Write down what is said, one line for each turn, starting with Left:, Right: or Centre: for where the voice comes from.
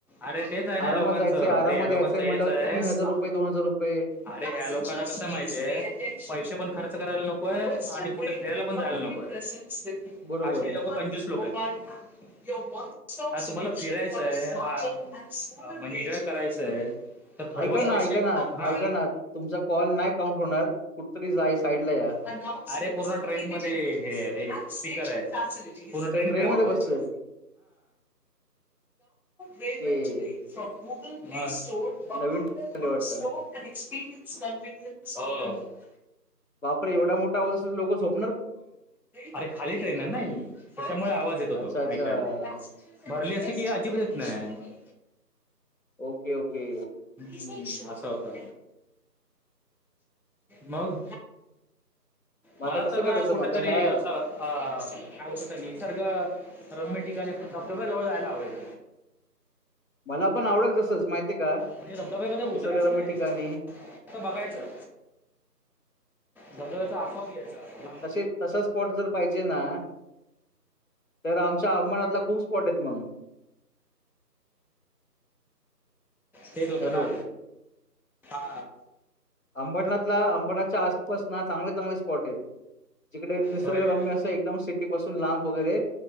Centre: अरे तेच आहे नां
Left: आरामात
Centre: लोकांच
Left: जायचंय,
Centre: अरे
Left: आरामात
Centre: या लोकांच
Left: यायचंय
Centre: हेचं
Left: म्हणल्यावर
Centre: आहे.
Left: रुपये, रुपये
Centre: अरे ह्या लोकांना कसं माहितय पैसे पणं खर्च करायला नकोय आणि कुठे फिरायला पणं जायला नकोय असे
Left: बरोबर.
Centre: हे लोकं कंजुस लोकं आहेत. हां तुम्हाला फिरायचंय अ म्हणजे एन्जॉय करायचंय आहे. तरं थोडेफार
Left: ऐका ना,
Centre: पैसे
Left: ऐका ना,
Centre: हां
Left: ऐका ना, तुमचा कॉल नाही काउंट होणार. कुठेतरी जा साइडला या.
Centre: हां अरे पूर्ण ट्रेन मध्यें हे आहे रे स्पीकर आहे. पूर्ण
Left: अच्छा
Centre: ट्रेन
Left: ट्रेनमध्ये
Centre: फिरतोस
Left: बसलेत.
Centre: होय
Left: ओके.
Centre: हा मस्तं
Left: नवीन ट्रेन आली वाटतं.
Centre: <unintelligible>
Left: बापरे एवढा मोठा आवाज असंच लोकं झोप
Centre: अरे खाली ट्रेन आहे ना ही त्यांच्यामुळे आवाज येतो
Left: अच्छा,
Centre: तो
Left: अच्छा.
Centre: ऐकायला भरली असतें की अजिब येत नाही
Left: ओके ओके
Centre: असं होता मग
Left: मग
Centre: मला
Left: आता कसं
Centre: तरं
Left: करायचं
Centre: नां कुठेतरी
Left: मग आता ह्या
Centre: असं अ कायं होतं ते निसर्ग रोममॅटिक आणि असं धबधबा जवळं जायला आवडेल
Left: मला पण आवडेल तसंच माहितीय का
Centre: म्हणजे धबधब्यामध्ये
Left: निसर्गरम्य
Centre: उतरायचं नाही
Left: ठिकाणी.
Centre: फक्त बघायचं धबधब्याचा आस्वाद घ्यायचा लांब
Left: तसच स्पॉट जर पाहिजे ना तर आमच्या अवमळातला खूप स्पॉट आहेत मग
Centre: तेच होत
Left: हॅलो.
Centre: ना हा
Left: अंबरनाथला अंबरनाथच्या आसपास ना चांगले चांगले स्पॉट आहेत. जिकडे निसर्ग
Centre: होय काय?
Left: रम्य असं एकदम सिटी पासून लांब वगैरे